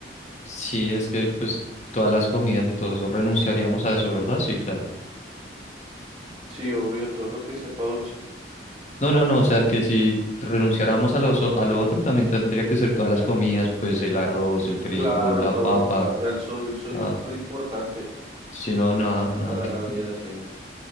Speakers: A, on the left; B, on the right.
A: sí, es que pues todas las comidas y todo eso, renunciaríamos a eso, ¿verdad? Sí, claro.
B: Sí, obvio, todo lo que sepa dulce.
A: No, no, no, o sea que si renunciáramos a lo, so- a lo otro, también tendría que ser todas las comidas, pues el arroz, el frijol,
B: Claro,
A: la
B: todo,
A: papa,
B: claro. El sodio, el sodio
A: la-
B: es súper importante
A: si no, nada, nada,
B: para
A: que
B: la vida, sí.